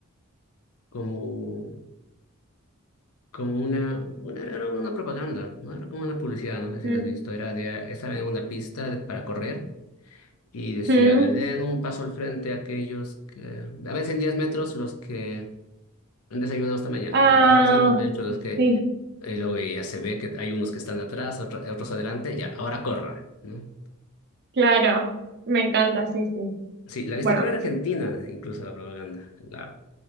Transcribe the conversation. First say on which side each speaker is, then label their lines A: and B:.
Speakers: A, on the left; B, on the right.
A: como, como una, una, era una propaganda, ¿no? Era como una publicidad, no sé si
B: Mm.
A: la has visto, era de, estaba en una pista para correr. Y decía,
B: Mm.
A: a ver, den un paso al frente a aquellos que, a veces en 10 metros los que han desayunado esta mañana,
B: Ah,
A: ahora a veces en 10 metros los que,
B: sí,
A: y luego ya se ve que hay unos que están atrás, otro- otros adelante, ya, ahora corran, ¿no?
B: claro. Me encanta, sí, sí.
A: Sí, la viste
B: Bueno,
A: crear Argentina, incluso la propaganda, la